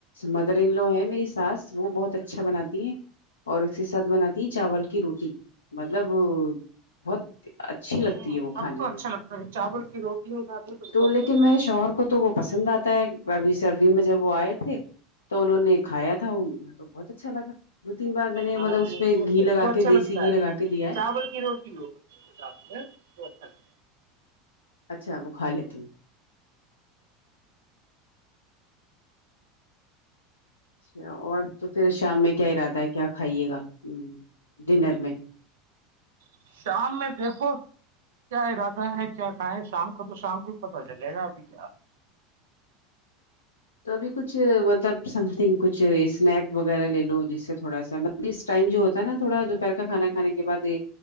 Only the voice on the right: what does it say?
ہاں
تب
تو
اچھا لگتا ہے چاول کی روٹی ہو ساتھ میں تب
اچھا
لگتا
ہے
ہاں وہ
وہ
سر
وہ اچھا
لگتا
ہے
چاول کی روٹی ہو ساتھ میں وہ اچھا لگتا ہے
ہے۔ شام میں دیکھو کیا ارادہ ہے کیا کھائےیں شام کا تو شام کو ہی پتاہ چلے گا ابھی کیا